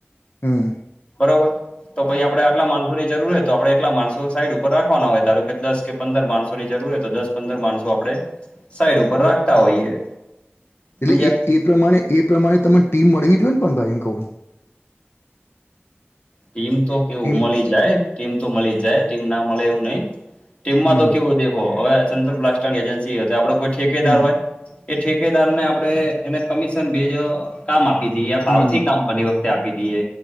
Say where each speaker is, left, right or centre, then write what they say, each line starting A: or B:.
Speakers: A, on the left (about 70°); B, on the left (about 30°).
A: હમ્મ
B: બરોબર તો પી આપે આટલા માણસોની જરૂર હોય તો આપડે એટલા માણસો સાઈડ ઉપર રાખવાના હોય ધારો કે દસ કે પંદર માણસો ની જરૂર હોય તો દસ પંદર માણસો આપડે સાઈડ ઉપર રાખતા હોઈએ
A: એટલે
B: સમજ્યા
A: એ એ પ્રમાણે એ પ્રમાણે તને ટીમ મળવી જોઈએ ને પણ ભાઈ એમ કહું
B: ટીમ તો કેવું
A: ટીમ
B: મળી જાય ટીમ તો મળી જ જાય ટીમ ના મળે એવું નહી ટીમમાં
A: હમ
B: તો કેવું દેખો <unintelligible> આપડ કોઈ ઠકેદાર
A: હમ
B: હોય એ ઠેકેદાર ને આપડે એને કમિશન ભજ કામ આપી દઈ ભાવ
A: હમ
B: થી કામ ઘણી વખતે આપી દઈએ